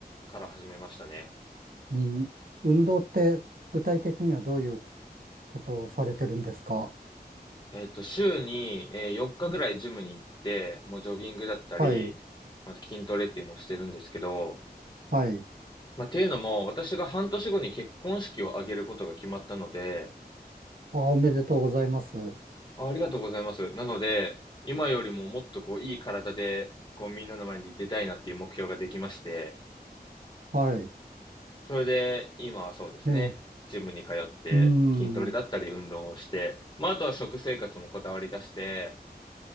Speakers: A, on the left; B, on the right.
A: から始めましたね。
B: うん。運動って具体的にはどういうことをされてるんですか
A: えっと、週に、えー4日ぐらいジムに行って、もうジョギングだったり、
B: はい。
A: また筋トレっていうのをしてるんですけど、
B: はい。
A: まあ、っていうのも、私が半年後に結婚式を挙げることが決まったので、
B: あ、おめでとうございます。
A: あ、ありがとうございます。なので、今よりももっとこう、いい体で、こう、みんなの前に出たいなっていう目標ができまして、
B: はい。
A: それで、今はそうですね、
B: ええ。
A: ジムに通って筋トレだったり運動をして、
B: うん。
A: まあ、あとは食生活もこだわり出して、